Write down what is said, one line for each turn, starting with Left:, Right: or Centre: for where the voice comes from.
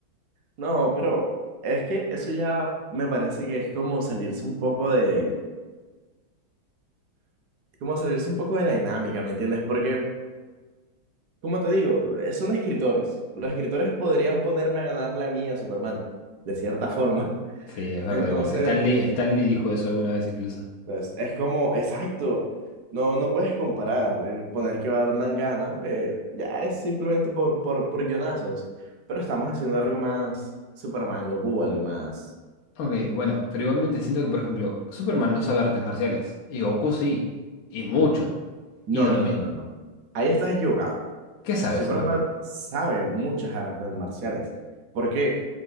Right: no, pero es que eso ya me parece que es como salirse un poco de como salirse un poco de la dinámica, ¿me entiendes? Porque, como te digo, eh, son escritores. Los escritores podrían ponerme a ganarle a mí a Superman, de cierta forma.
Left: Sí,
Right: <laughs>
Left: es verdad,
Right: Entonces,
Left: igual. Stan Lee, Stan Lee dijo eso alguna vez incluso.
Right: pues, es como, exacto, no, no puedes comparar. El poner que Batman gana, pues ya es simplemente por, por, por guionazos. Pero estamos haciendo algo más Superman, Goku, algo más...
Left: Ok, bueno, pero igualmente siento que, por ejemplo, Superman no sabe artes marciales. Y Goku sí. Y mucho.
Right: No,
Left: Y domi-
Right: no, no, no, no. Ahí estás equivocado.
Left: ¿Qué sabe
Right: Superman
Left: Superman?
Right: sabe muchas artes marciales. ¿Por qué?